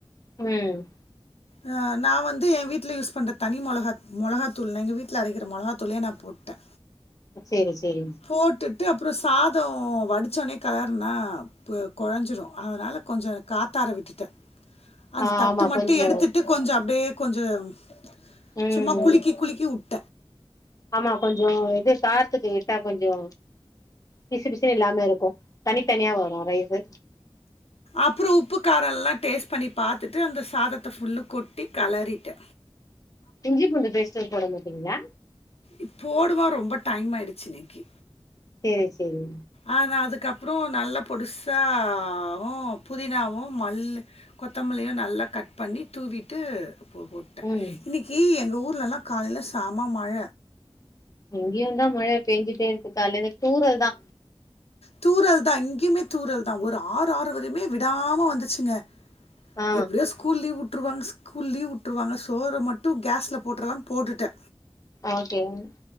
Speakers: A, on the left; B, on the left.
A: ம்
B: ஆ நா வந்து ஏ வீட்ல யூஸ் பண்ற தனி மொளகா மொளகாத்தூள் நா எங்க வீட்ல அரைக்குற மொளகா தூளே நா போட்ட
A: செரி சரி
B: போட்டுட்டு அப்றோ சாதோ வடிச்சோனே கெளருனா பொ கொழஞ்சிரு அதனால கொஞ்சொ காத்தாற விட்டுட்ட அந்த
A: ஆ
B: தட்டு
A: ஆமா
B: மட்டு
A: கொஞ்சோ
B: எடுத்துட்டு கொஞ்சொ அப்டியே கொஞ்சோம்
A: ம்
B: சும்மா குழுக்கி குழுக்கி உட்
A: ஆமா கொஞ்சொ இது சாரத்துக்கு விட்டா கொஞ்சோ பிசு பிசுனு இல்லாமே இருக்கு தனித்தனியா வரு ரைஸு
B: அப்றோ உப்பு காரோல்லா டேஸ்ட் பண்ணி பாத்துட்டு அந்த சாதத்த ஃபுல்லு கொட்டி கலறிட்டே
A: இஞ்சி பூண்டு பேஸ்டு போட மாட்டீங்ளா
B: இப் போடுவோ ரொம்ப டைம் ஆயிடுச்சு இன்னைக்கி
A: சேரி சரி
B: ஆ நா அதுக்கப்பறோ நல்ல பொடுசாவு புதினாவு மல்லு கொத்தமல்லியு நல்லா கட் பண்ணி தூவிட்டு போ போட் ட
A: ம்
B: இன்னைக்கி எங்க ஊர்லலா காலைல செம மழ
A: இங்கேயுந்தா மழ பேஞ்சுட்டே இருக்கு கால்லருந்து தூரல்தா
B: தூரல்தா இங்கேயுமே தூரல்தா ஒரு ஆறு ஆறு வரையுமே விடாம வந்துச்சுங்க
A: ஆ
B: எப்டியோ ஸ்கூ கூல் லீவ் விட்டுருவாங்க ஸ்கூல் லீவ் விட்ருவாங்க சோற மட்டு கேஸ்ல போட்றலா போட்டுட்டே
A: ஓகேங்க